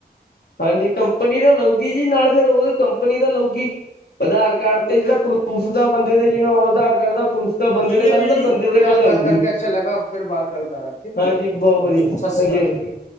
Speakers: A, on the left; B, on the left.
A: ਹਾਂਜੀ ਕੰਪਨੀ ਦਾ ਲਊਗੀ ਜੀ ਨਾਲ ਫੇਿਰ ਉਹ ਕੰਪਨੀ ਦਾ ਲਉਗੀ। ਆਧਾਰ ਕਾਰਡ ਤੇ ਜਿਹੜਾ ਪ੍ਰੂਫ ਦਾ ਬੰਦੇ ਦੇ ਜਿਵੇਂ ਉਹ ਆਧਾਰ ਕਾਰਡ ਦਾ ਪਸ ਤਾਂ ਬੰਦੇ
B: ਠੀਕ
A: ਤੇ
B: ਹੈ
A: ਪਹਿਲਾਂ
B: ਵੀਰ
A: ਤਾਂ
B: ਜੀ
A: ਬੰਦੇ
B: ਤੁਹਾਡੇ
A: ਤੇ
B: ਨਾਲ
A: ਗੱਲ ਆਊਗੀ
B: ਕਰਕੇ ਅੱਛਾ ਲੱਗਾ ਫਿਰ ਬਾਅਦ ਗੱਲ ਕਰਾਂਗੇ ਠੀਕ
A: ਹਾਂਜੀ
B: ਹੈ
A: ਬਹੁ ਵਧੀਆ-
B: ਸਤਿ ਸ਼੍ਰੀ ਅਕਾਲ
A: <unintelligible>